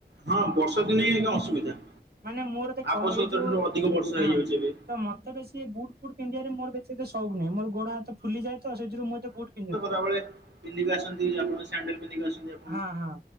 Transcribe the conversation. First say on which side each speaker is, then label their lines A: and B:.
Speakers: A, on the right; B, on the right.
A: ହଁ ବର୍ଷା ଦିନେ ହିଁ ଆଜ୍ଞା ଅସୁବିଧା।
B: ମାନେ ମୋର ଦେଖ
A: ଆବଶ୍ୟକତା
B: ଏଇ ଯୋଉ
A: ଠାରୁ ଅଧିକ ବର୍ଷା ହେଇଯାଉଛି
B: ହଁ
A: ଏବେ
B: ତ ମ ମତେ ବେଶୀ ବୁଟ ଫୁଟ ପିନ୍ଧିଆରେ ମୋର ବେଶି ଏତେ ସଉକ ନାହିଁ ମୋର ଗୋଡ଼ ହାତ ଫୁଲି ଯାଏ ତ ସେଥିରୁ ମୁଁ ଏତେ ବୁଟ ପିନ୍ଧେନି।
A: ତା ଭଳେ ପିନ୍ଧିକ ଆସନ୍ତି ଆପଣ ସାଣ୍ଡେଲ ପିନ୍ଧିକି ଆସନ୍ତି ଆପ
B: ହଁ ହଁ